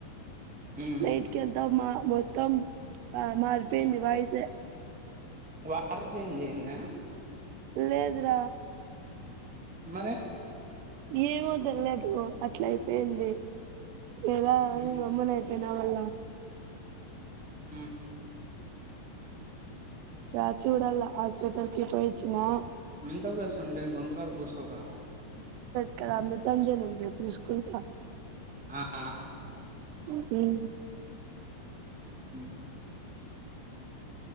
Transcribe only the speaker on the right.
నైట్కెంత మా మొత్తం మా మారిపోయింది వాయిసే
లేదు రా
ఏమో తెల్లేదు అట్లా ఐపేంది ఏదా
గమ్మున అయి. నా వల్ల
ద చూడాల్లా హాస్పిటల్కి పోయొచ్చినా?
ఇక్కడ అమృతాంజన్ ఉంది పూసుకుంటా
ఊ ఉమ్